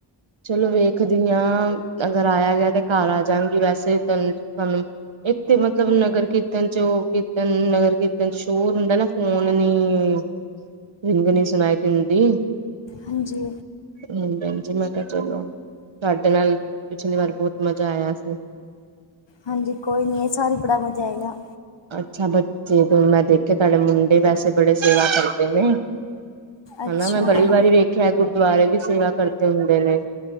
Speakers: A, on the right; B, on the left.
A: ਚਲੋ ਵੇਖਦੀ ਆਂ ਅਗਰ ਆਇਆ ਗਿਆ ਤੇ ਘਰ ਆ ਜਾਂਗੀ ਵੈਸੇ ਤ ਤੁਹਾਨੂੰ ਇਥੇ ਮਤਲਬ ਨਗਰ ਕੀਰਤਨ ਚ ਉਹ ਕੀਰਤਨ ਨਗਰ ਕੀਰਤਨ ਚ ਸ਼ੋਰ ਹੁੰਦਾ ਨਾ ਫੋਨ ਨੀ <unintelligible> ਰਿੰਗ ਨੀਂ ਸੁਣਾਈ ਦਿੰਦੀ।
B: ਹਾਂਜੀ।
A: ਹਾਂਜੀ ਹਾਂਜੀ। ਮੈਂ ਕਿਆ ਚਲੋ, ਤੁਹਾਡੇ ਨਾਲ ਪਿਛਲੀ ਵਾਰ ਬੋਤ ਮਜ਼ਾ ਆਇਆ ਸੀ।
B: ਹਾਂਜੀ ਕੋਈ ਨੀਂ, ਇਸ ਵਾਰ ਵੀ ਬੜਾ ਮਜ਼ਾ ਆਏਗਾ।
A: ਅੱਛਾ ਬੱਚੇ ਤੋਂ ਮੈਂ ਦੇਖਿਆ ਤੁਹਾਡੇ ਮੁੰਡੇ ਵੈਸੇ ਬੜੇ ਸੇਵਾ ਕਰਦੇ ਨੇ।
B: ਅੱਛਾ।
A: ਹਨਾ ਮੈਂ ਬੜੀ ਵਾਰੀ ਵੇਖਿਆ ਗੁਰਦੁਆਰੇ ਵੀ ਸੇਵਾ ਕਰਦੇ ਹੁੰਦੇ ਨੇ।